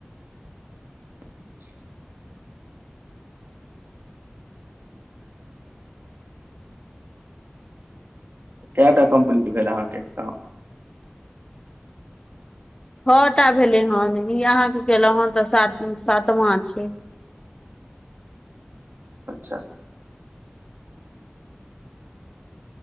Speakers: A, on the right; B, on the left.
A: <inaudible> कैटा कम्प्लीट भेल अहाँके काम।
B: छौटा भेलै हन ई अहाँके केलौं हन ई अहाँके केलौं हन तऽ सातमा छै।
A: अच्छा।